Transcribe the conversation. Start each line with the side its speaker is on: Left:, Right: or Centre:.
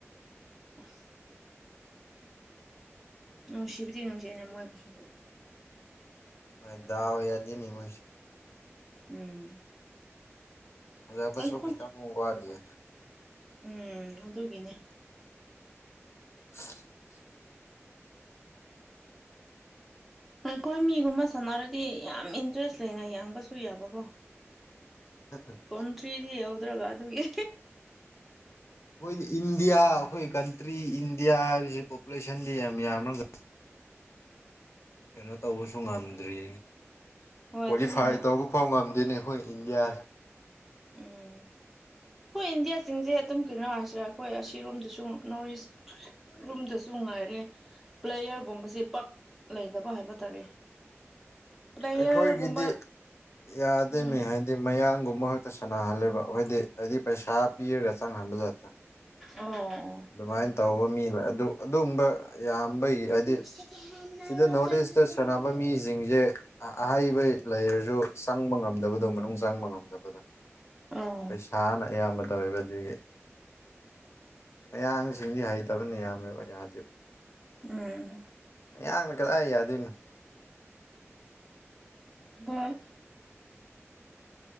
Centre: ꯎꯁ ꯅꯨꯡꯁꯤꯕꯗꯤ ꯅꯨꯡꯁꯤꯕꯅꯦ ꯃꯣꯏꯕꯨꯁꯨ
Left: ꯍꯣꯏ ꯗꯥꯎ ꯌꯥꯗꯤꯅꯦ ꯃꯣꯏꯁꯦ
Centre: ꯎꯝ
Left: ꯐꯖꯕꯁꯨ
Centre: ꯑꯩꯈꯣꯏ
Left: ꯈꯤꯇꯪ ꯋꯥꯠꯂꯤ
Centre: ꯎꯝ ꯑꯗꯨꯒꯤꯅꯦ
Left: <inaudible>
Centre: ꯑꯩꯈꯣꯏ ꯃꯤꯒꯨꯝꯕ ꯁꯥꯟꯅꯔꯗꯤ ꯌꯥꯝ ꯏꯟꯇꯔꯦꯁ ꯂꯩꯅ ꯌꯦꯡꯕꯁꯨ ꯌꯥꯕꯀꯣ
Left: <unintelligible>
Centre: ꯀꯣꯟꯇ꯭ꯔꯤꯗꯤ ꯌꯥꯎꯗ꯭ꯔꯒ ꯑꯗꯨꯒꯤ
Left: ꯑꯈꯣꯏꯗꯤ ꯏꯟꯗꯤꯌꯥ ꯑꯩꯈꯣꯏ ꯀꯟꯇ꯭ꯔꯤ ꯏꯟꯗꯤꯌꯥ ꯍꯥꯏꯕꯁꯤ ꯄꯣꯄꯨꯂꯦꯁꯟꯗꯤ ꯌꯥꯝ ꯌꯥꯝꯔꯒ ꯀꯩꯅꯣ ꯇꯧꯕꯁꯨ ꯉꯝꯗ꯭ꯔꯤꯅꯦ
Centre: ꯍꯣꯏ
Left: ꯀ꯭ꯋꯥꯂꯤꯐꯥꯏ
Centre: ꯑꯗꯨꯅꯦꯕ
Left: ꯇꯧꯕ ꯐꯧ ꯉꯝꯗꯦꯅꯦ ꯑꯩꯈꯣꯏ ꯏꯟꯗꯤꯌꯥ
Centre: ꯎꯝ ꯍꯣꯏ ꯏꯟꯗꯤꯌꯥ ꯁꯤꯡꯖꯦ ꯑꯗꯨꯝ ꯀꯩꯅꯣ ꯍꯥꯏꯁꯤꯔ ꯑꯩꯈꯣꯏ ꯑꯁꯤꯔꯣꯝꯗꯁꯨꯝ ꯅꯣꯔꯤꯁ ꯔꯨꯝꯗꯁꯨ ꯉꯥꯏꯔꯦ ꯄ꯭ꯂꯦꯌ꯭ꯔꯒꯨꯝꯕꯁꯦ ꯄꯛ ꯂꯩꯗꯕ ꯍꯥꯏꯕ ꯇꯥꯔꯦ <unintelligible> <inaudible> ꯄ꯭ꯂꯦꯌꯔꯒꯨꯝꯕ
Left: ꯑꯩꯈꯣꯏꯒꯤꯗꯤ ꯌꯥꯗꯦꯃꯤ
Centre: ꯎꯝ
Left: ꯍꯥꯏ ꯗꯤ ꯃꯌꯥꯡꯒꯨꯝꯕ ꯉꯥꯛꯇ ꯁꯥꯟꯅꯍꯜꯂꯦꯕ ꯍꯣꯏꯗꯤ ꯍꯥꯏꯗꯤ ꯄꯩꯁꯥ ꯄꯤꯔꯒ ꯆꯪꯍꯟꯕꯖꯥꯠꯇ
Centre: ꯑꯣ ꯑꯣ
Left: ꯑꯗꯨꯃꯥꯏꯅ ꯇꯧꯕ ꯃꯤ ꯂ ꯑꯗꯨ ꯑꯗꯨꯒꯝꯕ ꯌꯥꯝꯕꯒꯤ ꯍꯥꯏꯗꯤ
Centre: ꯁꯦꯀꯦꯟ ꯍꯦꯟ ꯍꯥꯏꯔꯣ
Left: ꯁꯤꯗ ꯅꯣꯔꯠ
Centre: ꯁꯦꯀꯦꯟ
Left: ꯏꯁꯇ
Centre: ꯍꯦꯟ
Left: ꯁꯥꯟꯅꯕ
Centre: ꯍꯥꯏꯔꯣ
Left: ꯃꯤꯖꯤꯡꯖꯦ ꯑ ꯑꯍꯩꯕꯩ ꯂꯩꯔꯖꯨ ꯆꯪꯕ ꯉꯝꯗꯕꯗꯣ ꯃꯅꯨꯡ ꯆꯪꯕ ꯉꯝꯗꯕꯗꯣ
Centre: ꯎꯝ
Left: ꯁꯥꯅ ꯑꯌꯥꯝꯕ ꯇꯧꯋꯦꯕ ꯑꯗꯨꯒꯤ ꯃꯌꯥꯡꯁꯤꯡꯗꯤ ꯍꯩꯇꯕꯅꯦ ꯌꯥꯝꯃꯦꯕ ꯌꯥꯗꯦ
Centre: ꯎꯝ
Left: ꯃꯌꯥꯡꯅ ꯀꯗꯥꯏ ꯌꯥꯗꯣꯏꯅꯣ
Centre: ꯕꯣꯏ